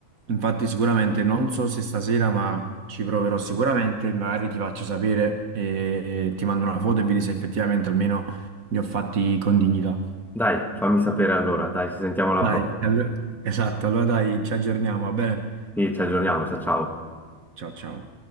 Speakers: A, on the right (about 90°); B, in the centre.
A: Infatti, sicuramente non so se stasera, ma ci proverò sicuramente. Magari ti faccio sapere e ti mando una foto e vedi se effettivamente almeno li ho fatti con dignità.
B: Dai, fammi sapere allora. Dai, ci sentiamo alla
A: Dai,
B: prossima.
A: allo- esatto, allora dai, ci aggiorniamo, va bene?
B: Sì, ci aggiorniamo. Ciao, ciao.
A: Ciao ciao.